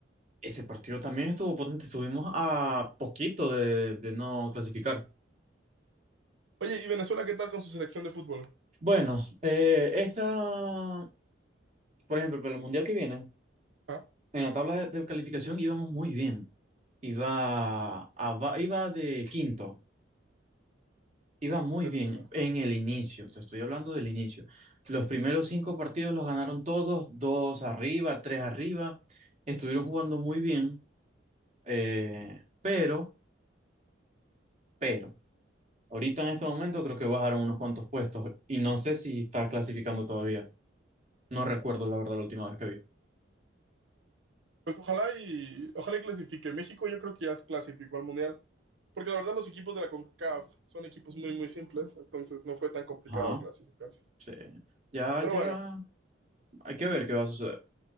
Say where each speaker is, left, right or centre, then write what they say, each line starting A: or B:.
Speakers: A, on the right; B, on the right.
A: Ese partido también estuvo potente. Estuvimos a poquito de, de no clasificar.
B: Oye, ¿y Venezuela qué tal con su selección de fútbol?
A: Bueno, eh, esta, por ejemplo, para el Mundial que viene,
B: Ah,
A: en la tabla de, de calificación íbamos muy bien. Iba, a, va- iba de quinto. Iba muy
B: Venezuela.
A: bien en el inicio, te estoy hablando del inicio. Los primeros cinco partidos los ganaron todos, dos arriba, tres arriba. Estuvieron jugando muy bien, eh, pero, pero, ahorita en este momento creo que bajaron unos cuantos puestos y no sé si está clasificando todavía. No recuerdo la verdad la última vez que vi.
B: Pues ojalá y ojalá y clasifique. México yo creo que ya se clasificó al Mundial, porque la verdad los equipos de la CONCACAF son equipos muy muy simples, entonces no fue tan complicado
A: Ajá,
B: clasificarse.
A: sí. Ya,
B: Pero
A: ya.
B: bueno,
A: Hay que ver qué va a suceder.